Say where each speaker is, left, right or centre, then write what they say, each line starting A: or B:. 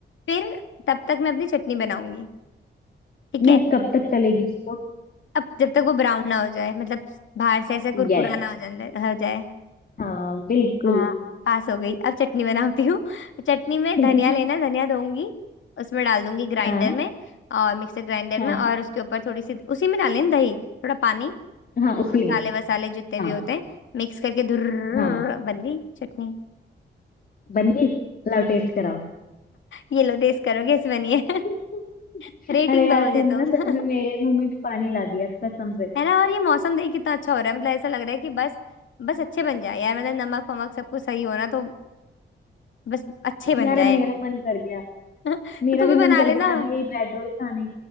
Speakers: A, on the left; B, on the left.
A: फिर तब तक मैं अपनी चटनी बनाऊंगी ठीक
B: नहीं
A: है
B: कब तक चलेगी उसको
A: अब जब तक वो ब्राउन ना हो जाए मतलब बाहर से ऐसा कुरकुरा
B: यस
A: ना हो जाए हो जाए
B: हाँ बिल्कुल
A: हाँ हाँ, पास हो गई अब चटनी बनाती हूँ चटनी में
B: <laughs>
A: धनिया लेना धनिया धोऊंगी उसमें डाल दूंगी ग्राइंडर
B: हाँ
A: में और मिक्सर ग्राइंडर
B: हाँ
A: में और उसके ऊपर थोड़ी सी उसी में डालें दही थोड़ा पानी
B: हाँ उसी
A: मसाले
B: में
A: वसाले जितने भी
B: हाँ
A: होते हैं मिक्स करके धुर
B: हाँ
A: बन गई चटनी
B: बन गई लाओ टेस्ट कराओ
A: ये लो टेस्ट करो कैसी बनी है <laughs>
B: <laughs>
A: रेटिंग
B: अरे यार
A: दो मुझे
B: तूने
A: तुम
B: ना सच में
A: <laughs>
B: मेरे मुंह में भी पानी ला दिया कसम से
A: है ना और ये मौसम देख कितना अच्छा हो रहा है मतलब ऐसा लग रहा है कि बस बस अच्छे बन जाए यार मतलब नमक वमक सब कुछ सही होना तो बस अच्छे बन
B: यार
A: जाए
B: अब मेरा
A: <laughs>
B: मन कर गया
A: तो
B: मेरा
A: तू
B: भी
A: भी बना
B: मन कर
A: लेना
B: गया अब यही ब्रेड रोल खाने